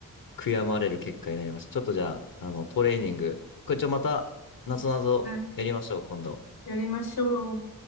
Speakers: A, on the left; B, on the left.
A: 悔やまれる結果になりました。ちょっとじゃあ、あの、トレーニング。これちょ、また、なぞなぞやりましょう、
B: はい。
A: 今度。
B: やりましょう。